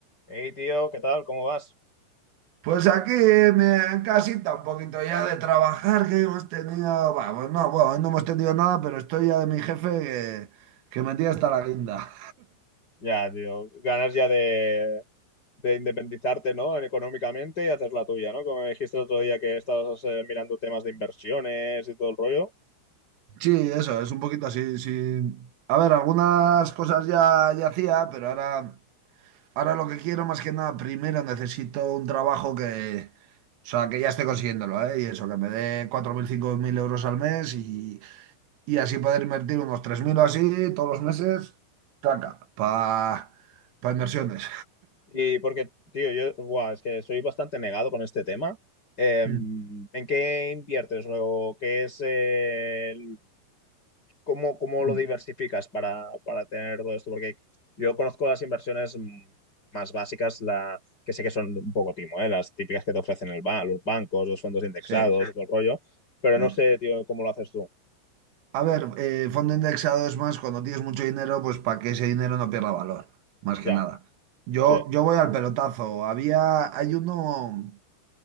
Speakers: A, on the left; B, on the right.
A: Hey, tío, ¿qué tal? ¿Cómo vas?
B: Pues aquí me, en casita un poquito ya de trabajar que hemos tenido, bah, pues no, bueno, hoy no hemos tenido nada, pero estoy ya de mi jefe que, que me tiene hasta la guinda.
A: Ya, tío, ganas ya de, de independizarte, ¿no? Económicamente y hacer la tuya, ¿no? Como me dijiste el otro día que estabas eh, mirando temas de inversiones y todo el rollo.
B: Sí, eso, es un poquito así, sí. A ver, algunas cosas ya, ya hacía, pero ahora, ahora lo que quiero más que nada, primero necesito un trabajo que, o sea, que ya esté consiguiéndolo, ¿eh? Y eso, que me dé cuatro mil, cinco mil euros al mes y, y así poder invertir unos 3.000 o así todos los meses, taca, para inversiones.
A: Y porque, tío, yo, buah, es que soy bastante negado con este tema. Eh,
B: Mm,
A: ¿en qué inviertes o qué es eh, el- cómo, cómo
B: mm.
A: lo diversificas para, para tener todo esto? Porque yo conozco las inversiones mm, más básicas, la, que sé que son un poco timo, ¿eh? Las típicas que te ofrecen el ba- los bancos, los fondos Sí. indexados,
B: Sí.
A: todo el rollo, pero
B: sí.
A: no sé, tío, cómo lo haces tú.
B: A ver, eh, fondo indexado es más cuando tienes mucho dinero, pues para que ese dinero no pierda valor, más
A: Ya,
B: que nada. Yo,
A: sí,
B: yo voy al pelotazo. Había, hay uno,